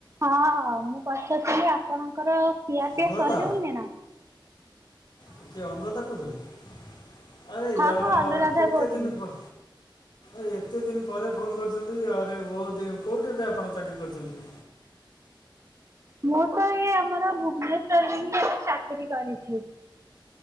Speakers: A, on the right; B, on the left.
A: ହଁ ମୁଁ ପଚାରୁଥିଲି ଆ ଆପଣଙ୍କର ଖିଆପିଆ
B: ଅନୁରାଧା
A: ସରିଗଲାଣିନା?
B: କିଏ ଅନୁରାଧା କହୁଥିଲକି ଆରେ
A: ହଁ
B: ୟାର୍
A: ହଁ ଅନୁରାଧା
B: କେତେ
A: କହୁଥିଲି।
B: ଦିନ ପ ଏ ଏତେ ଦିନ ପରେ ଫୋନ୍ କରିଛନ୍ତି ଆରେ ବହୁତ ଦିନ କୋଉଠି ଏବେ ଆପଣ ଚାକିରି କରିଛନ୍ତି?
A: ମୁଁ ତ ଏଇ ଆମର ଭୁବନେଶ୍ଵରରେ ହିଁ ଏବେ ଚାକିରି କରିଛି।